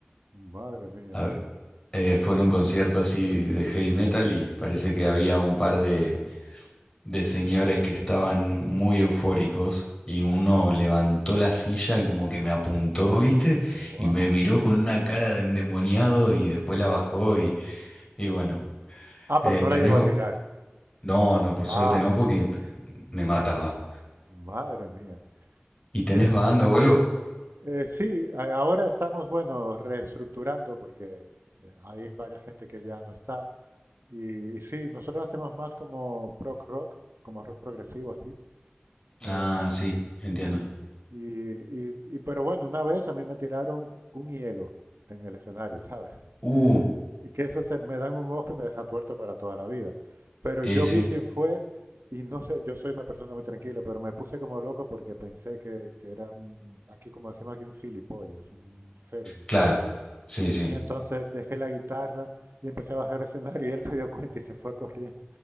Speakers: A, on the right; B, on the left.
A: madre mía.
B: <laughs> Eh, fue en un concierto así de heavy metal y parece que había un par de, de señores que estaban muy eufóricos y uno levantó la silla y como que me apuntó, ¿viste?
A: Buah.
B: Y me miró con una cara de endemoniado y después la bajó y, y bueno,
A: Ah, pero
B: Eh,
A: no
B: ¿tenés...
A: la llegó
B: ba-
A: a tirar.
B: No, no, por
A: Ah,
B: suerte no, porque me mataba.
A: madre mía.
B: ¿Y tenés
A: Sí, es,
B: banda o algo?
A: eh, sí, a- ahora estamos, bueno, reestructurando porque eh, hay varias gente que ya no está. Y, y sí, nosotros hacemos más como prog rock, como rock progresivo así. eh,
B: Ah, sí, entiendo.
A: y, y, y, y- pero bueno, una vez a mí me tiraron un hielo en el escenario, ¿sabes?
B: Uh,
A: y que eso te- me dan un ojo y me deja tuerto para toda la vida. Pero
B: eh,
A: yo
B: sí,
A: vi quién fue y no sé, yo soy una persona muy tranquila, pero me puse como loco porque pensé que, que era un, aquí como decimos aquí, un gilipollas, un, un cerdo.
B: claro, sí, sí.
A: Y entonces dejé la guitarra y empecé a bajar el escenario y él se dio cuenta y se fue corriendo.